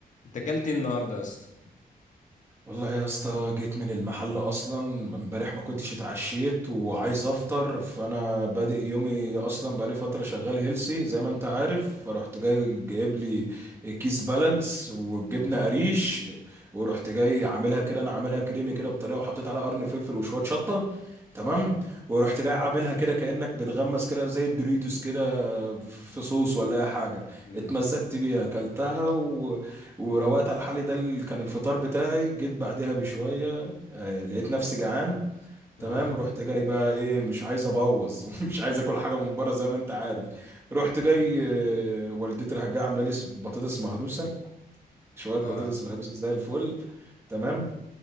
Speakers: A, on the left; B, on the right.
A: انت اكلت ايه النهارده يا اسطى
B: والله يا اسطى جيت من المحل اصلا امبارح ما كنتش اتعشيت وعايز افطر فانا بادئ يومي اصلا بقالي فتره شغال هيلسي زي ما انت عارف فرحت جاي جايب لي كيس بالانس وجبنه قريش ورحت جاي عاملها كده انا عاملها كريمي كده بطريقه وحطيت عليها قرن فلفل وشويه شطه تمام
A: اه
B: ورحت جاي عاملها كده كانك بتغمس كده زي الدوريتوس كده في صوص ولا اي حاجه
A: امم
B: اتمزجت بيها اكلتها و... وروقت على حالي ده اللي كان الفطار بتاعي جيت بعدها بشوية آه، لقيت نفسي جعان تمام
A: اه
B: رحت جاي بقى ايه مش عايز ابوظ <laughs> مش عايز اكل حاجه من بره زي ما انت عارف رحت جاي
A: نعم.
B: آه، والدتي راحت جايه عامله لي س- بطاطس مهروسه شويه بطاطس
A: اه
B: مهروسه زي الفل تمام